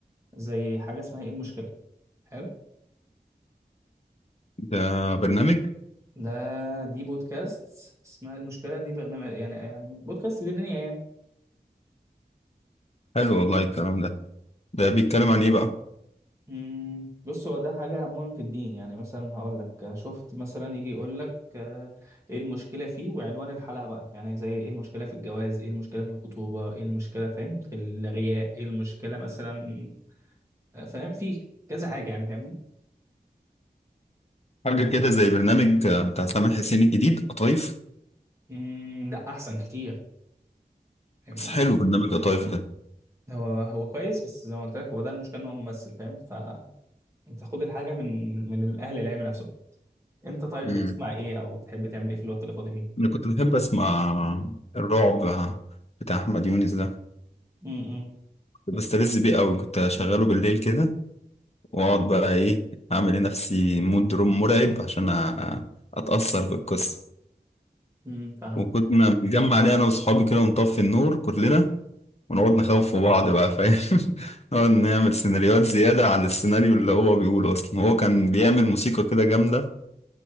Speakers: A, on the right (about 15°); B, on the left (about 40°).
A: زي حاجة اسمها إيه المشكلة حلو
B: ده برنامج
A: ده دي بودكاست اسمها المشكلة دي برنامج يعني يعني بودكاست دينية يعني
B: حلو والله الكلام ده ده بيتكلم عن إيه بقى؟
A: مم، بص هو ده حاجة عموما في الدين يعني مثلا هقول لك آه، شفت مثلا يجي يقول لك آه، ايه المشكلة فيه وعنوان الحلقة بقى يعني زي ايه المشكلة في الجواز ايه المشكلة في الخطوبة ايه المشكلة فاهم في الغياء ايه المشكلة مثلا آه، فاهم في كذا حاجة يعني فاهمني
B: حاجة كده زي برنامج آه، بتاع سامح حسين الجديد قطايف
A: مم، لا أحسن كتير فاهمني
B: بس حلو برنامج قطايف ده
A: هو هو كويس بس زي ما قلت لك هو ده المشكلة ان هو ممثل فاهم فانت خد الحاجة من من الأهل العلم نفسه انت طيب
B: مم.
A: بتسمع ايه او بتحب تعمل ايه في الوقت اللي فاضي فيه
B: أنا كنت بحب أسمع الرعب بتاع أحمد يونس ده
A: امم
B: كنت بستلذ بيه أوي كنت أشغله بالليل كده وأقعد بقى إيه أعمل لنفسي مود روم مرعب عشان أ- أتأثر بالقصة
A: امم فاهمك
B: وكنا بنتجمع عليه انا واصحابي كده ونطفي النور كلنا ونقعد نخوف في بعض بقى فاهم <laughs> نقعد نعمل سيناريوهات زيادة على السيناريو اللي هو بيقوله اصلا هو كان بيعمل موسيقى كده جامدة